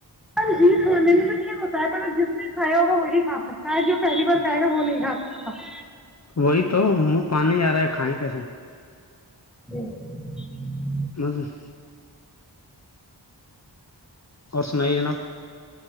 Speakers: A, in the centre; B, on the left (about 40°).
A: جی کھانے میں ٹھیک ہوتا ہے پر جس نے کھیا ہوگا وہی کھا سکتا ہے جو پہلی بار کھائے گا وہ نہیں کھا ا <inaudible>
B: وہی تو وہ پانی آ رہا ہے کھائےیں کیسے
A: ہ <inaudible>
B: مجے <unintelligible> اور سنائیے جناب